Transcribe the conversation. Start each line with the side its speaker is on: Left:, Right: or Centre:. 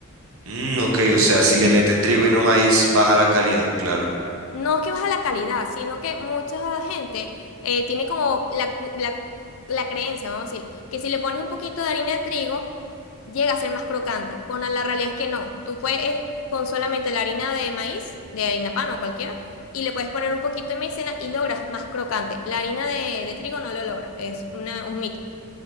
Right: Mm, ok, o sea, si le meten trigo y no maíz, baja la calidad, claro.
Left: No que baja la calidad, sino que mucha gente eh, tiene como la, cu- la, la creencia, vamos a decir, que si le pones un poquito de harina de trigo, llega a ser más crocante. Cuando la realidad es que no. Tú puedes eh, con solamente la harina de maíz, de harina pan o cualquiera, y le puedes poner un poquito de maicena y logras más crocante. La harina de, de trigo no lo logra, es una- un mito.